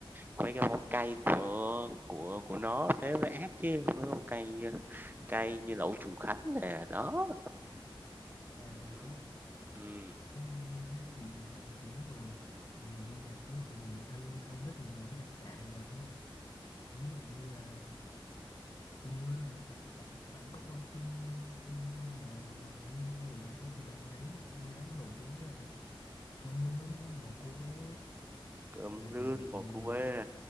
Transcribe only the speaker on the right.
mấy cái món cay của của của nó thế mới ác chứ, mấy món cay, cay như lẩu Trùng Khánh nè, đó.
Ừm,
ừm,
cơm
lươn
bò cu bê,